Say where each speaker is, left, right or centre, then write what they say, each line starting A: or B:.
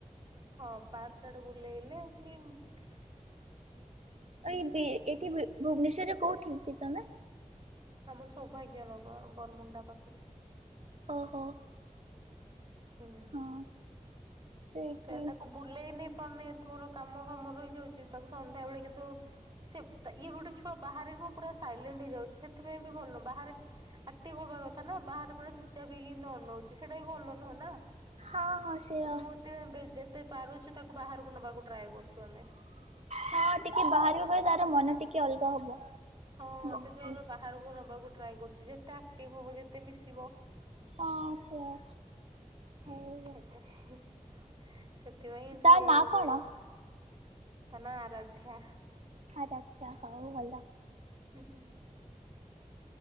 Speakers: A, on the right; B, on the right.
A: ହଁ ପାର୍କ ଆଡେ ବୁଲେଇଲେ ହିଁ ବି
B: ଏଇ ବି ଏଠି ବି ଭୁବନେଶ୍ଵରରେ କୋଉଠି କି ତମେ।
A: ଆମର ସୌଭାଗ୍ୟ ନଗର ବରମୁଣ୍ଡା ପାଖରେ।
B: ଓହୋ।
A: ହୁଁ।
B: ହଁ ତ ଏଇଠି
A: ସେୟା ତାକୁ ବୁଲେଇ ନେଇ ପାରୁନି ଏଇଠୁ କାମ ଫାମ ରହିଯାଉଛି ତାକୁ ସନ୍ଧ୍ୟା ବେଳେ କିନ୍ତୁ ସେ ଇଏ ଗୋଟେ ଛୁଆ ବାହାରେ ନୁହଁ ପୁରା ସାଇଲେଣ୍ଟ ହେଇଯାଉଚି ସେଥିପାଇଁ ବି ଭଲ ନୁହଁ ବାହାରେ ଆକ୍ଟିଭ ହବା କଥା ନା ବାହାରେ ପୁରା ଚୁପଚାପ୍ ହେଇକି ଏମତି ଅନଉଛି ସେଇଟା ବି ଭଲ ନୁହେଁ ନା।
B: ହଁ ହଁ ସେୟା
A: ମୁଁ ଏଥି ପାଇଁ ଯେତେ ପାରୁଚୁ ତାକୁ ବାହାରକୁ ନବାକୁ ଟ୍ରାଏ କରୁଚୁ ଆମେ।
B: ହଁ ଟିକେ ବାହାରକୁ ଗଲେ ତାର ମନ ଟିକେ ଅଲଗା ହବ।
A: ହଁ
B: ଯେମିତି
A: ସେଥିପାଇଁ ଆମେ ବାହାରକୁ ନବାକୁ ଟ୍ରାଏ କରୁଚୁ ଯେତେ ଆକ୍ଟିଭ ହବ ଯେତେ ମିଶିବ
B: ହଁ ସେୟା
A: <inaudible>
B: ହଉ ହଉ
A: ସେଥିପାଇଁ ଟିକେ
B: ତା
A: ଇଏ
B: ନାଁ
A: ହଉଚି
B: କଣ?
A: ତା ନା ଆରାଧ୍ୟା।
B: ଆରାଧ୍ୟା ହଉ ଭଲ।
A: ହୁଁ ହୁଁ।